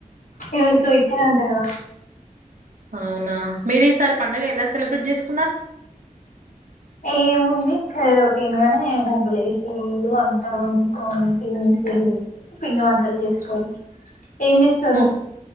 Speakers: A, on the left; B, on the right.
A: ఎవరికో ఇచ్చరంట కదా
B: అవునా మీరు ఈసారి పండుగ ఎలా సెలబ్రేట్ చేసుకో
A: ఏముంది రొటీన్ గానే ముగ్గు లేసి వంట వండుకొని తినేసి వంటలు చేసుకోని ఏం చేస్తారు
B: ము